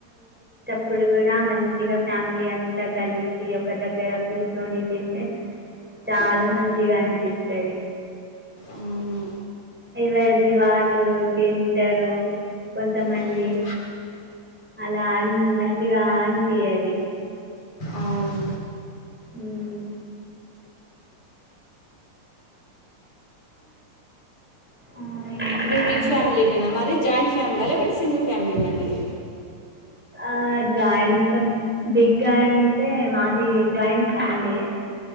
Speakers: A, in the centre; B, on the left.
A: ఇప్పుడు కూడా మంచిగా ఫ్యామిలీ అంతా కలిసి ఒక దగ్గర కూర్చొని తింటే చాలా
B: మ్,
A: మంచిగ అనిపిస్తది
B: అవును
A: ఎవరిది వాళ్ళు తింటరు కొంతమంది
B: మ్,
A: అలా అని మంచిగా అనిపి యదు ఇది
B: అవున్
A: మ్మ్ ఆ, ఇంకా
B: అ మీరు బిగ్ ఫ్యామిలీ నేనా మరి జాయింట్ ఫ్యామిలీ లేకుంటే సింగిల్ ఫ్యామిలీనా మీది
A: ఆ జాయన్తము దిగ్ గంటే మాది జాయింట్ ఫ్యామిలీ